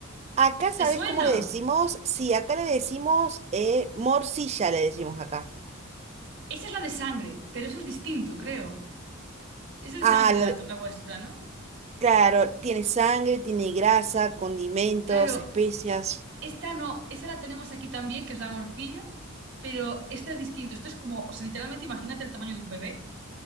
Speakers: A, on the right; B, on the right.
A: acá sabes
B: ¿Te suena?
A: cómo le decimos. Sí, acá le decimos eh, morcilla, le decimos acá.
B: Esa es la de sangre, pero eso es distinto, creo. Esa es
A: Ah,
B: de sangre
A: la-
B: la, tu- la vuestra, ¿no?
A: claro, tiene sangre, tiene grasa, condimentos,
B: Claro,
A: especias.
B: esta no, esa la tenemos aquí también, que es la morcilla, pero esta es distinto. Esto es como, o sea, literalmente imagínate el tamaño de un bebé